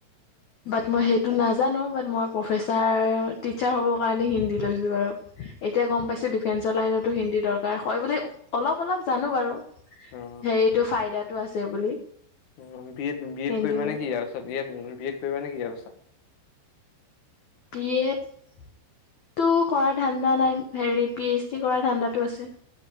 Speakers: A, on the left; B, on the left.
A: বাট মই সেইটো নাজানো বাত মই প্ৰফেচাৰ টিচাৰ হ'বৰ কাৰণে হিন্দী লৈছোঁ বাৰু এতিয়া গম পাইছোঁ ডিফেন্সৰ লাইনতো হিন্দী দৰকাৰ হয় বুলি অলপ অলপ জানো বাৰু
B: অ
A: সেৰিটো ফাইদাটো আছে বুলি
B: উম B Ed B Ed
A: Hindi
B: কৰিবা নেকি ইয়াৰ ৰ পিছত ইয়াত বি এড কৰিবা নেকি ইয়াৰ পিছত
A: বি এডটো কৰা ধান্দা নাই হেৰি পি এইচ ডি কৰা ধান্দাটো আছে